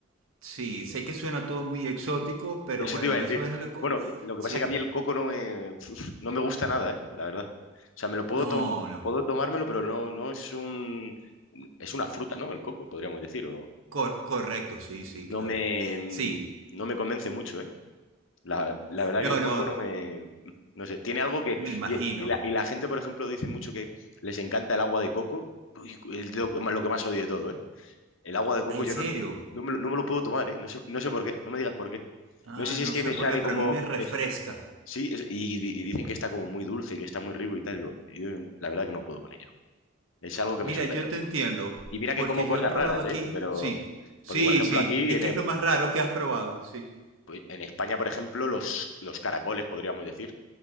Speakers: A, on the right; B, on the left.
A: sí, sé que suena todo muy exótico, pero
B: Eso
A: bueno,
B: te iba a decir.
A: eso es la... co-
B: Bueno, lo que
A: Sí,
B: pasa es que a mí el coco no me, uf, no me gusta nada, ¿eh? La verdad. O sea, me lo puedo,
A: no,
B: tom-
A: no,
B: puedo tomármelo, pero no, no es un... Es una fruta, ¿no? El coco, podríamos decir. O
A: cor- correcto, sí, sí,
B: no
A: claro.
B: me,
A: Sí,
B: no me convence mucho, ¿eh? La, la verdad
A: no,
B: que el coco
A: no,
B: no me... No sé, tiene algo que...
A: me imagino.
B: Y, y la, y la gente, por ejemplo, dice mucho que les encanta el agua de coco. Uy, el- lo, lo que más odio de todo, ¿eh? El agua de coco
A: Ah, ¿En
B: yo
A: serio?
B: no, no me, lo no me lo puedo tomar, ¿eh? No sé, no sé por qué, no me digas por qué.
A: Ah,
B: No sé si
A: no
B: es que
A: sé
B: me
A: por
B: sabe
A: qué, pero
B: como...
A: a mí me refresca.
B: eh, Sí, es- y, di- y dicen que está como muy dulce, que está muy rico y tal. Digo, yo la verdad que no puedo con ello. Es algo que
A: Mira,
B: me supera.
A: yo te entiendo,
B: Y mira que
A: porque
B: como cosas
A: yo he probado
B: raras,
A: aquí,
B: ¿eh? Pero,
A: sí, sí,
B: porque por ejemplo
A: sí.
B: aquí
A: ¿Y
B: en,
A: qué
B: E-
A: es lo más raro que has probado? Sí.
B: pues, en España, por ejemplo, los, los caracoles, podríamos decir.